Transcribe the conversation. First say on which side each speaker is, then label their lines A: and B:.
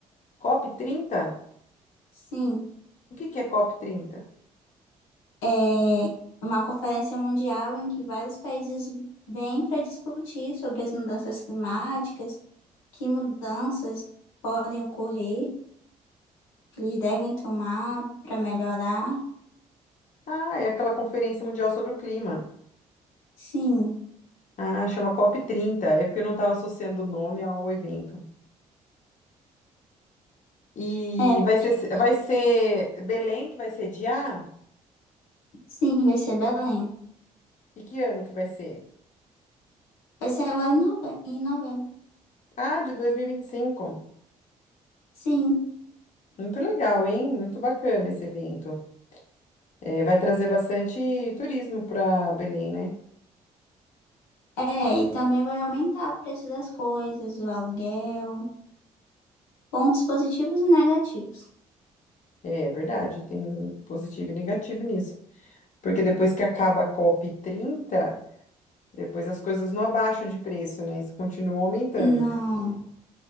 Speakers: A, on the left; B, on the left.
A: COP trinta.
B: sim.
A: O que que é COP trinta?
B: É uma conferência mundial em que vários países vêm para discutir sobre as mudanças climáticas, que mudanças podem ocorrer, que eles devem tomar para melhorar.
A: Ah, é aquela Conferência Mundial sobre o Clima.
B: Sim,
A: Ah, chama COP trinta. é porque eu não estava associando o nome ao evento. E
B: é,
A: vai ser, vai ser Belém que vai sediar?
B: sim, vai ser Belém.
A: E que ano que vai ser?
B: Vai ser agora em nove- em novembro.
A: Ah, de dois mil e e vinte e cinco
B: Sim,
A: Muito legal, hein? Muito bacana esse evento. É, vai trazer bastante turismo para Belém, né?
B: é, e também vai aumentar o preço das coisas, o aluguel, pontos positivos e negativos.
A: É verdade, tem positivo e negativo nisso. Porque depois que acaba a COP trinta depois as coisas não abaixam de preço, né? Isso continua aumentando.
B: Não.